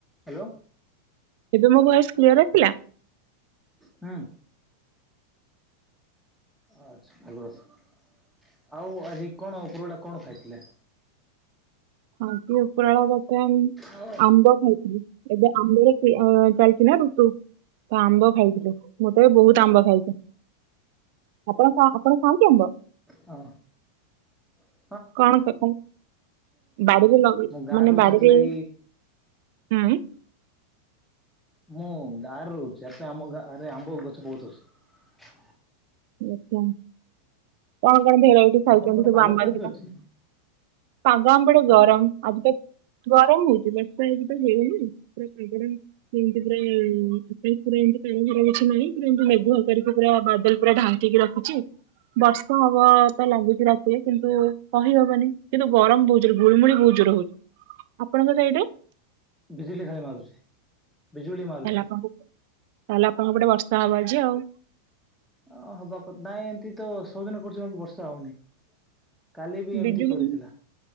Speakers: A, in the centre; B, on the right.
A: Hello
B: ଏବେ ମୋ voice clear ଅଛି?
A: ହଁ ଆଛା, ଭଲ ଅଛ? ଆଉ ଆଜି କଣ, ଉପର ବେଳା କଣ ଖାଇଥିଲେ?
B: ଆଁ କି ଉପରଏଳା ବର୍ତମାନ
A: ଓ
B: ଆମ୍ବ ଖାଇଥିଲି ଏବେ ଆମ୍ବରେ ଅ ଚାଲିଛି ନା ଋତୁ ତ ଆମ୍ବ ଖାଇଥିଲୁ ମୁଁ ତ ଏ ବହୁତ ଆମ୍ବ ଖାଇଛି। ଆପଣ ଖା ଆପଣ ଖାଆନ୍ତି ଆମ୍ବ?
A: ହଁ ଅଁ
B: କଣ ବାଡ଼ିରେ ଲଗେ,
A: ମୁଁ ଗାଁରେ
B: ମାନେ
A: ରହୁଛି
B: ବାଡ଼ିରେ
A: ସେଥିଲାଗି
B: ଇ ହୁଁ ଉଁ
A: ମୁଁ ଗାଁରେ ରହୁଛି, ଏଟା ଆମ ଗାଁରେ ଆମ୍ବ ଗଛ ବହୁତ ଅଛି।
B: ଆଛା, କଣ କଣ ଭେରାଇଟି ଖାଇଛନ୍ତି
A: ଆପଣଙ୍କ ପଟେ
B: ସବୁ
A: ପାଗ
B: ଆମ
A: କେମିତି
B: ଆଡ଼େ ଦିଟା
A: ଅଛି
B: ପାଗ ଆମ ଆଡ଼େ ଗରମ,
A: ଆଁ
B: ଆଉ ଗୋଟେ ଗରମ ହଉଚି। ବର୍ଷା ଏଇ ତ ହଉନି ପୁରା ପାଗଟା ଏମିତି ପୁରା ଆକା ଶ ପୁରା ଏମତି ପ ଘର ବ ନାଇଁ ପୁରନ୍ତୁ ମେଘ କରିକି ପୁରା ବାଦଲ ପୁରା ଢାଙ୍କିକି ରଖୁଛି। ବର୍ଷା ହବ ତ ଲାଗୁଛି ରାତିରେ କିନ୍ତୁ କହିହବନି କିନ୍ତୁ ଗରମ ବହୁତ ଜୋରରେ, ଗୁଳୁମୁଳି ବହୁତ <unintelligible> ସାଇଡରେ
A: ବିଜୁଳି ଖାଲି ମାରୁୁଛି ବିଜୁଳି ମାରୁୁଛି।
B: ତାହେଲେ ଆପଣଙ୍କ ତାହେଲେ ଆପଣଙ୍କପଟେ ବର୍ଷା ହବ ଆଜି ଆଉ
A: ଅ ହବା କଥା ନାଇଁ ଏମିତି ତ ସବୁଦିନ କରୁଛି ବାକି ବର୍ଷା ହଉନି। କାଲି ବି ଏମିତି
B: ବିଜୁଳି
A: କରିଥିଲା